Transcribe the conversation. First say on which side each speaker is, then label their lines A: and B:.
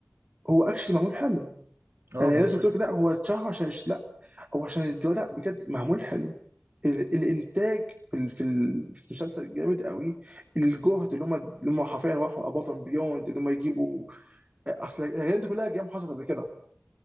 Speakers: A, on the right; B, on the right.
A: هو اكشلي معمول حلو
B: آه
A: يعني
B: معمول
A: الناس
B: حلو
A: بتقول لك لا هو اتشهر عشان الش- لا هو عشان الدراما لا بجد معمول حلو ال- الانتاج في ال- في ال- في مسلسل جامد قوي الجهد اللي هم اللي هم حرفيا راحوا اباف اند بيوند اللي هم يجيبوا اصل الحاجات دي كلها جيم حصلت قبل كده